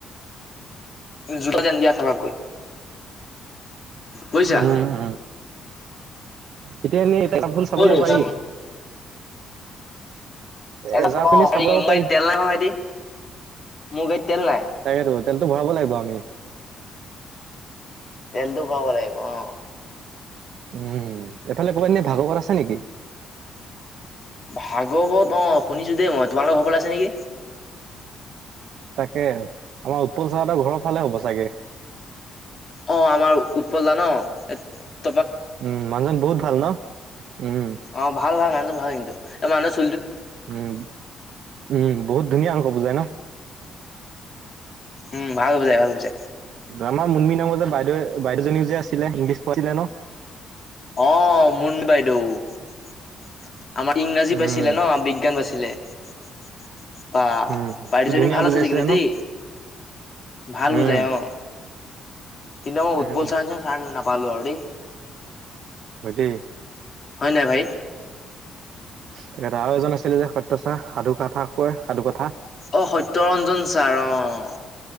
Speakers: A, on the left; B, on the right.
A: জোতা যেন দিয়া থবাকৈ- বুজিছা
B: উম উম এতিয়া এনেই এটা চাপ ফুল চাবলৈ
A: মোৰ গাড়ীত
B: পাৰি। <inaudible>
A: <unintelligible>
B: এজাৰ পিনি চাব পাৰি
A: মু গৰীত তেল নাই?
B: তাকেতো তেলটো ভৰাব লাগিব আমি।
A: তেলটো খুৱাব লাগিব অ।
B: উম এইফালে কোনবাদিনে ভাৰ্গৰ আছে নেকি?
A: ভাগৱত অ শুনিছো দেই মই তোমালোকৰ ঘৰ পাল আছে নেকি?
B: তাকে আমাৰ উৎপল চাৰ হতৰ ঘৰৰ ফালে হ'ব চাগে।
A: অ আমাৰ উৎপল দা ন? এ <unintelligible>
B: উম মানুহজন বহুত ভাল ন? উম,
A: অ ভাল ভাল মানুহটো ভাল কিন্তু- মানচ
B: উম উম বহুত ধুনীয়া অংক বুজাই ন?
A: উম ভাল বুজাই ভাল। বুজাই
B: আমাৰ মুমি নামৰ যে বাইদেউ বাইদেউ এজনীও যে আছিলে ইংলিছ- প ল ন
A: অঁ মুনমী বাইদেউ <unintelligible> আমাৰ ইংৰাজী পাইছিলে
B: উম,
A: ন বিজ্ঞান বাছিলে <unintelligible> পা
B: উম,
A: পাৰিজনী
B: কি ধুনীয়া
A: ভাল
B: বুজাইছিলে
A: আছে কিন্তু দেই
B: ন?
A: ভাল বুজাই
B: উম,
A: অ কিন্তু মই
B: তাকেতো
A: উৎপল ছাৰ ছাৰ নাপ পালো আৰু দেই
B: হয় দেই
A: হয় নাই ভাই
B: তাকে আৰু এজন আছিলে যে সত্য ছাৰ সাধু কথা কয় সাধু কথা
A: অ সত্য ৰঞ্জন ছাৰ অ